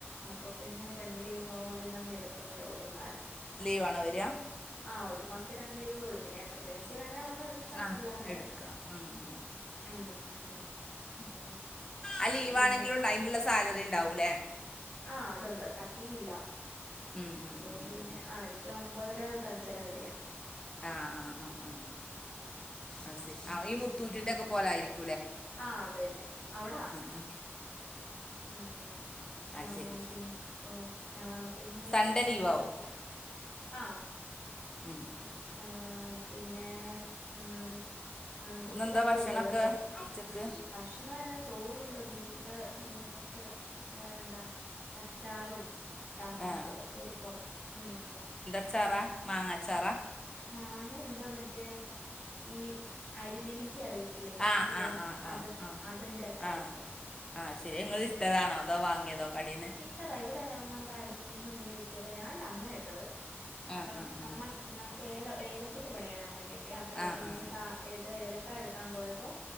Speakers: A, on the left (about 45°); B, on the left (about 15°).
A: അപ്പൊ പിന്നെ രണ്ട് ലീവൊള്ളോണ്ട് ഇന്നങ്ങ് എടുത്തന്നേ ഒള്ളൂ ഒന്നാമത്തെ
B: ണോ വരിയ
A: ആ ഒരു മാസത്തി രണ്ട് ലീവേ ഒള്ളു പിന്നെ എമർജൻസി വേണേ ഒരെണ്ണം എടുക്കാം
B: ആ
A: അല്ലാണ്ട്
B: എടുക്കാം ഉം ഉം
A: ഉം അങ്ങനെ ഉം
B: അയ് ലീവാണെങ്കിലും
A: പിന്നെ
B: ഉണ്ട് അയിനുള്ള സാലറി ഉണ്ടാവൂല്ലേ
A: ആ അതുണ്ട് കട്ടിങ് ഇല്ല
B: ഉം ഉം
A: അതുകൊണ്ട്
B: ഉം
A: പിന്നെ
B: ഉം
A: ആ എനിക്ക് ഒമ്പതര തൊട്ട് അഞ്ചര വരെയ
B: ആ ആ ആഹ് ആ ആ ശരി ആ ഈ മുത്തൂറ്റിന്റെ ഒക്കെ പോലൊയായിരിക്കും
A: ആ അത് തന്നെ അവിടാ
B: ഉം
A: ഉം
B: അത്
A: ആ
B: ശരി
A: പിന്നെ ഓക്കെ ആ പിന്നെ
B: സൺഡേ
A: വേറെന്താണ്
B: ലീവാവും
A: ആ
B: ഉം ഉം
A: ആ പിന്നെ ഉം ആ കുട്ടി
B: ഇന്നെന്താ
A: രണ്ടു
B: ഭക്ഷണമൊക്കെ
A: വയസ്സള്ളോല്ലേ
B: ഉച്ചക്ക്
A: ഭക്ഷണം എന്ന ചോറുണ്ട് ബീഫ് പിന്നെ കുറച്ച് എന്താ അച്ചാറും ചമ്മന്തി
B: ആ
A: അതൊക്കെ ഇരിപ്പുണ്ട് ഉം
B: അച്ചാറാ മാങ്ങച്ചാറാ
A: മാങ്ങയുണ്ട് മറ്റേ ഈ അരിനെല്ലി ക്ക അറിയത്തില്ലേ
B: ആ
A: ഇരം
B: ആ ആ ആ
A: അത്
B: ആ
A: അതിന്റെ അച്ചാറുണ്ട്
B: ആ ആ ശരി നിങ്ങൾ ഇഷ്ടതാണോ അതോ വാങ്ങിയതോ കടീന്ന്
A: ഇട്ടതാ ഇവിടെ നമ്മുടെ അടുത്തന്ന് ഇങ്ങനെ കിട്ടിയപ്പൊ ഞാനല്ല അമ്മയാ ഇട്ടത് അപ്പം
B: ആ ആ ആ
A: അമ്മ നമുക്ക് ഏല ഏലത്തിന്റെ പണിയാണ് അമ്മയ്ക്കൊക്കെ അപ്പൊ
B: ആ
A: എങ്ങനെക്ക
B: ആ ആ
A: ഏത് ഏല ക്ക എടുക്കാൻ പോയപ്പോ